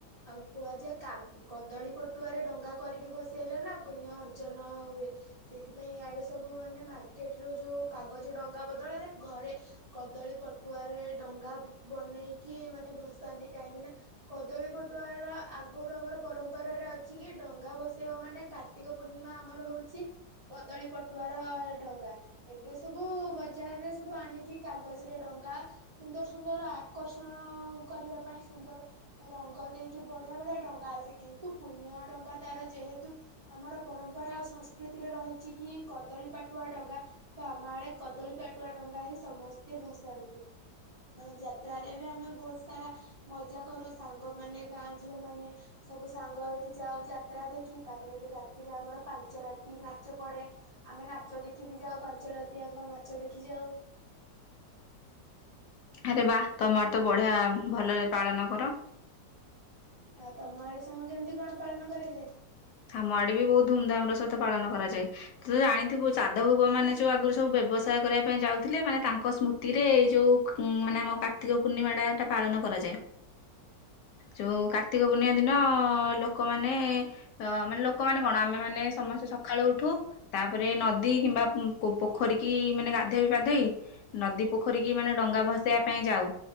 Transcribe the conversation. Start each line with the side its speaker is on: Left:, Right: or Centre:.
Right: ଆଉ କୁହାଯାଏ କା କଦଳୀ ପଟୁଆରେ ଡଙ୍ଗା କରିକି ଭସେଇଲେ ନା ପୁଣ୍ୟ ଅର୍ଜନ ହୁଏ। ସେଇଥିପାଇଁ ଇଆଡେ ସବୁ ମାନେ ମାର୍କେଟ ର ଯୋଉ କାଗଜ ଡଙ୍ଗା ବଦଳରେ ଘରେ କଦଳୀ ପଟୁଆରେ ଡଙ୍ଗା ବ୍ ବନେଇକି ମାନେ ଭସାନ୍ତି। କାହିଁକି ନା କଦଳୀ ପଟୁଆ ର ଆଗରୁ ଆମର ପରମ୍ପରାରେ ଅଛି କି ଡଙ୍ଗା ଭସେଇବା ମାନେ କାର୍ତ୍ତିକ ପୂର୍ଣ୍ଣିମା ଆମର ହଉଛି କଦଳୀ ପଟୁଆର ଡଙ୍ଗା। ଏବେ ସବୁ ବଜାରରେ ସବୁ ଆଣିକି କାଗଜର ଡଙ୍ଗା ସୁନ୍ଦର ସୁନ୍ଦର ଆକର୍ଷଣ-ଅ-ଅ କରିବା ପାଇଁ ସୁନ୍ଦର ରଙ୍ଗ ଦେଇକି ବଢିଆ ବଢିଆ ଡଙ୍ଗା ଆସେ। କିନ୍ତୁ ପୁଣ୍ୟ ଡଙ୍ଗା ତାର ଯେହେତୁ ଆମର ପରମ୍ପରା ଆଉ ସଂସ୍କୃତିରେ ରହିଛି କି କଦଳୀ ପାଟୁଆ ଡଙ୍ଗା। ତ ଆମ ଆଡେ କଦଳୀ ପାଟୁଆ ଡଙ୍ଗା ହିଁ ସମସ୍ତେ ଭସାନ୍ତି। ହ ଯାତ୍ରାରେ ବି ଆମେ ବହୁତ ସାରା ମଜା କରୁ ସାଙ୍ଗମାନେ, ଗାଁ ଝିଅ ମାନେ ସବୁ ସାଙ୍ଗ ହେଇକି ଯାଉ ଯାତ୍ରା ଦେଖି। ତାପରେ ଏଠୁ ରାତିରେ ଆମର ପାଞ୍ଚ ରାତି ନାଚ ପଡେ। ଆମେ ନାଚ ଦେଖି ବି ଯାଉ ପାଞ୍ଚ ରାତି ଆଙ୍କ ନାଚ ଦେଖି ଯାଉ।
Left: ଆରେ ବା ତମର ତ ବଢିଆ ଭଲରେ ପାଳନ କର।
Right: ଆଉ ତମ ଆଡେ ସାଙ୍ଗ କେମିତି କଣ ପାଳନ କରାଯାଏ?
Left: ଆମ ଆଡେ ବି ବହୁତ ଧୁମଧାମ ର ସହିତ ପାଳନ କରାଯାଏ। ତୁ ତ ଜାଣିଥିବୁ ସାଧବ ପୁଅମାନେ ଯୋଉ ଆଗରୁ ସବୁ ବ୍ୟବସାୟ କରିବା ପାଇଁ ଯାଉଥିଲେ ମାନେ ତାଙ୍କ ସ୍ମୃତିରେ ଏଇ ଯୋଉ ଉ-ଉ ମାନେ ଆମ କାର୍ତ୍ତିକ ପୂର୍ଣ୍ଣିମା ଟାଟା ପାଳନ କରାଯାଏ। ଯୋଉ କାର୍ତ୍ତିକ ପୂର୍ଣ୍ଣିମା ଦିନ ଅ-ଅ-ଅ-ଅ ଲୋକମାନେ ଏ-ଏ ତ ମାନେ ଲୋକମାନେ କଣ ଆମେମାନେ ସମସ୍ତେ ସଖାଳୁ ଉଠୁ ତାପରେ ନଦୀ କିମ୍ବା ଉ କ ପୋଖରୀ କିି ଇ-ଇ ମାନେ ଗାଧେଇ ପାଧେଇ ନଦୀ ପୋଖରୀକି ମାନେ ଡଙ୍ଗା ଭସେଇବା ପାଇଁ ଯାଉ।